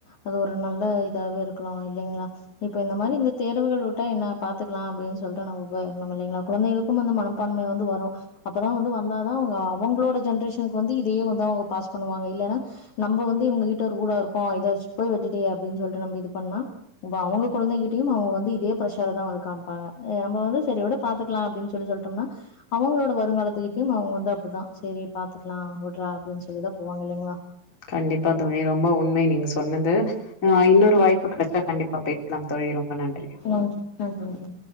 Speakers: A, on the left; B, on the left.
A: அது ஒரு நல்ல இதாவே இருக்கலா இல்லீங்ளா இப்ப இந்த மாரி இந்த தேர்வுகள் வுட்டா என்ன பாத்துக்கலா அப்டின்னு சொல்ட்டு நம்ம போயிர்னு இல்லீங்ளா குழந்தைகளுக்கும் அந்த மனப்பான்மை வந்து வரும் அப்பதா வந்து வந்தாதா அவுங்க அவுங்களோட ஜென்ரேஷ் எனக்கு வந்து இதே மாரி தா வரு பாஸ் பண்ணுவாங்க இல்லனா நம்போ வந்து இவங்ககிட்ட ரூடாருக்கோ இதஸ் போய் விட்டுடியே அப்டின் சொல்ட்டு நம்ம இது பண்ண வா அவுங்க குழ்ந்தைககிட்டயும் அவுங்க வந்து இதே பிரஷர்ரதா வந்து காம்பாங்க ஏ ரம்போ வந்து செரி வுடு பாத்துக்ல அப்டின் சொல்லி சொல்டோனா அவுங்களோட வருங்காலத்துகிட்யு அவுங்க வந்து அப்டி தா செரிப் பாத்துக்கலா வுட்றா அப்டின் சொல்லிதா போவாங்க இல்லிங்ளா
B: கண்டிப்பா தோழி ரொம்ப உண்மை நீங்க சொன்னது ஆ இன்னொரு வாய்ப்பு கெடச்சா கண்டிப்பா பேசலாம் தோழி ரொம்ப நன்றி
A: ம் நன்றி நன்றி